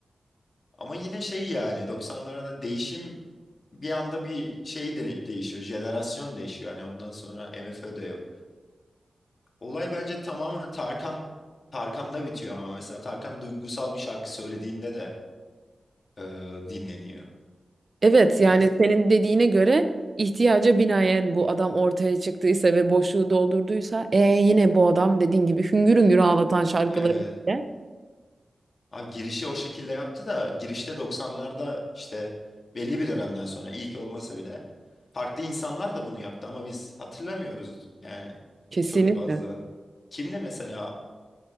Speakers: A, on the left; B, on the right.
A: <laughs> Ama yine şey yani 90'larda değişim bir anda bir şey de değişiyor. Jenerasyon değişiyor. Yani ondan sonra MFÖ de yok. Olay bence tamamen Tarkan Tarkan'da bitiyor ama mesela Tarkan duygusal bir şarkı söylediğinde de e, dinleniyor.
B: Evet yani
A: Bit
B: senin dediğine göre ihtiyaca binaen bu adam ortaya çıktıysa ve boşluğu doldurduysa e yine bu adam dediğin gibi hüngür hüngür ağlatan şarkıları
A: e,
B: ile-
A: ha, girişi o şekilde yaptı da girişte 90'larda işte belli bir dönemden sonra ilk olmasa bile farklı insanlar da bunu yaptı ama biz hatırlamıyoruz yani.
B: kesinlikle.
A: Çok fazla. Kimdi mesela?